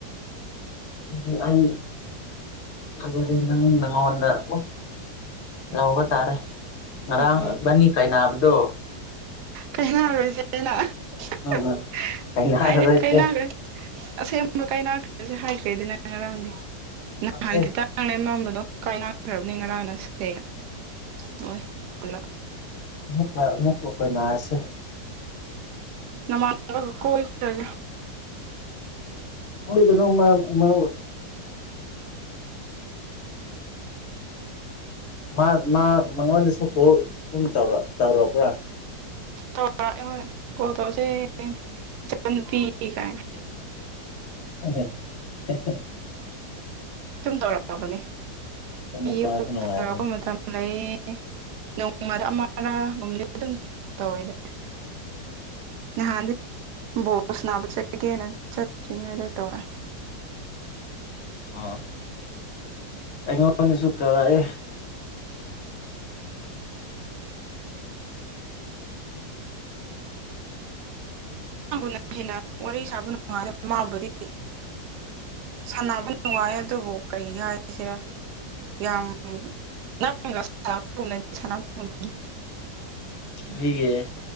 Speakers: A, on the left; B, on the right.
A: ꯑꯗꯨꯗꯤ ꯑꯩ ꯐꯖꯔꯦ ꯅꯪ ꯅꯪꯉꯣꯟꯗ ꯑꯃꯨꯛ ꯂꯧꯕ ꯇꯥꯔꯦ ꯉꯔꯥꯡ
B: ꯎꯝ
A: ꯏꯕꯥꯅꯤ ꯀꯥꯏꯅꯥꯕꯗꯣ
B: <unintelligible> ꯑꯁꯦꯡꯕ <unintelligible> <unintelligible>
A: ꯎꯝ ꯎꯝ ꯀꯥꯏꯅꯔꯔꯣꯏꯁꯦ ꯅꯠꯇꯦ
B: ꯍꯣꯏ ꯄꯨꯜꯂꯞ
A: ꯑꯃꯨꯛꯀ ꯑꯃꯨꯛꯀ ꯀꯣꯏꯅꯔꯁꯦ
B: ꯅꯃꯥꯟꯅꯕꯒ ꯀꯣꯏꯈ꯭ꯔꯒꯦ
A: ꯀꯣꯏꯒꯅꯨ ꯃꯥ ꯃꯥꯕꯨ ꯃꯥ ꯃꯥ ꯃꯉꯣꯟꯗꯁꯨ ꯀꯣꯜ ꯑꯗꯨꯝ ꯇꯧꯔꯛ ꯇꯧꯔꯛꯄ꯭ꯔꯥ
B: ꯇꯧꯔꯛꯑꯦ ꯍꯣꯏ ꯀꯣꯜ ꯇꯧꯁꯦ ꯏꯆꯥ ꯅꯨꯄꯤ ꯀꯥꯏꯅ
A: ꯍꯦ ꯍꯦ ꯍꯦ ꯍꯦ
B: ꯑꯗꯨꯝ ꯇꯧꯔꯛꯑꯕꯅꯦ
A: ꯑꯗꯨ ꯅꯨꯄꯥꯁꯨ
B: ꯑꯌꯨꯛ
A: ꯅꯨꯡꯉꯥꯏꯕꯅꯤ
B: ꯇꯧꯔꯛꯄ ꯃꯇꯝ ꯂꯩ ꯅꯣꯡꯃꯗ ꯑꯃꯔꯥꯒꯨꯝꯕꯗꯤ ꯑꯗꯨꯝ ꯇꯧꯋꯤꯗ ꯅꯍꯥꯟꯗꯤ ꯕꯣꯜ ꯁꯟꯅꯥꯕ ꯆꯠꯀꯦꯅ ꯆꯠꯇ꯭ꯔꯤꯉꯩꯗ ꯇꯧꯔꯛꯑꯦ
A: ꯑꯣ ꯑꯩꯉꯣꯟꯗꯁꯨ ꯀꯧꯔꯛꯑꯦ
B: ꯅꯪꯕꯨꯅ ꯍꯦꯟꯅ ꯋꯥꯔꯤ ꯁꯥꯕ ꯅꯨꯡꯉꯥꯏꯗ ꯃꯥꯕꯨꯗꯤ ꯁꯥꯟꯅꯕ ꯅꯨꯡꯉꯥꯏꯌꯦ ꯑꯗꯨꯕꯨ ꯀꯔꯤ ꯍꯥꯏꯁꯤꯔꯥ ꯌꯥꯝ <unintelligible>
A: ꯀꯔꯤꯒꯦ